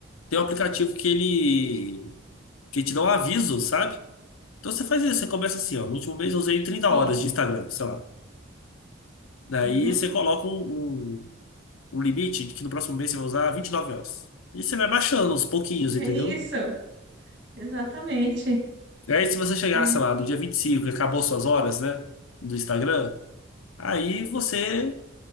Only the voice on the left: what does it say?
Tem um aplicativo que ele que te dá um aviso, sabe? Então você faz isso, você começa assim, ó, no último mês eu usei trinta
horas de Instagram, sei lá. Daí
você coloca um, um, um limite de que no próximo mês você vai usar 29 horas. E você vai baixando aos pouquinhos,
entendeu?
E Aí se você chegar,
sei lá, no dia 25 e cinco e acabou suas horas, né, do Instagram, aí você,